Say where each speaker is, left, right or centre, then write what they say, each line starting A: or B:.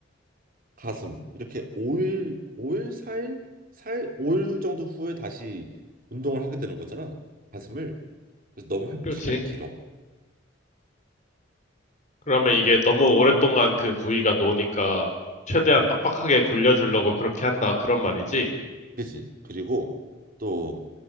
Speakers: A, on the right; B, on the left.
A: 가슴 이렇게 5일, 오일 사일 4일, 5일 정도 후에 다시 운동을 하게 되는 거잖아. 가슴을 그래서 너무 회복
B: 그렇지.
A: 시간이 길어.
B: 그러면 이게 너무 오랫동안 그 부위가 노니까 최대한 빡빡하게 굴려주려고 그렇게 한다. 그런 말이지.
A: 그지? 그리고 또